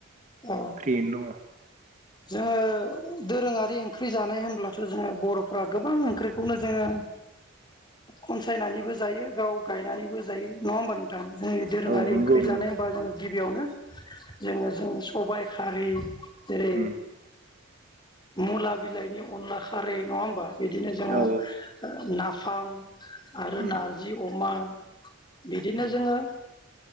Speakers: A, on the left (about 20°); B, on the right (about 35°).
A: औ
B: फ्रियैनो दङ
A: जोङो दोरोङारि ओंख्रि जानाय होनब्लाथ' जोङो बर'फ्रा गोबां ओंख्रिखौनो जोङो खनसायनानैबो जायो गाव गायनानैबो जायो नङा होमबा नों थां जोंनि दोरोङारि
B: औ नंगौ
A: ओंख्रि
B: नंगौ
A: जानायबा जोङो गिबियावनो जोङो जों सबाय खारि जेरै
B: उम
A: मुला बिलाइनि अनला खारै नङा होमबा बिदिनो जोङो
B: औ
A: नाफाम आरो
B: उम
A: नारजि अमा बिदिनो
B: उम
A: जोङो